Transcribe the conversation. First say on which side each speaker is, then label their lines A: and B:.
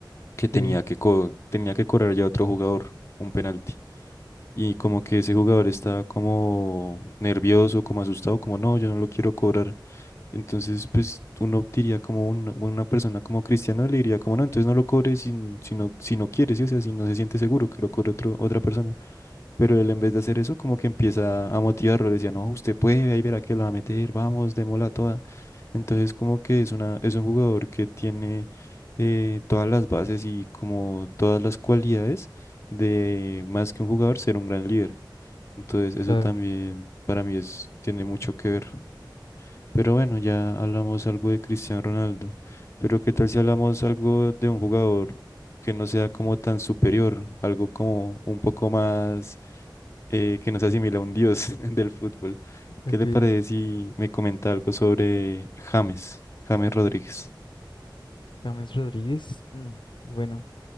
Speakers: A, on the left; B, on the left.
A: que tenía
B: ok,
A: que, co- tenía que cobrar ya otro jugador un penalti. Y como que ese jugador estaba como nervioso, como asustado, como no, yo no lo quiero cobrar. Entonces, pues uno diría como una, una persona como Cristiano le diría como no, entonces no lo cobre si, n- si no, si no quiere, ¿sí? O sea, si no se siente seguro que lo cobre otro, otra persona. Pero él en vez de hacer eso, como que empieza a motivarlo, le decía, no, usted puede, ahí verá que lo va a meter, vamos, démosla toda. Entonces, como que es una, es un jugador que tiene eh, todas las bases y como todas las cualidades de más que un jugador ser un gran líder. Entonces, eso
B: claro.
A: también para mí es, tiene mucho que ver. Pero bueno, ya hablamos algo de Cristiano Ronaldo. Pero ¿qué tal si hablamos algo de un jugador que no sea como tan superior, algo como un poco más eh, que nos asimila a un dios <laughs> del fútbol?
B: Ok,
A: ¿Qué te parece si me comenta algo sobre James, James Rodríguez?
B: James Rodríguez, mm, bueno,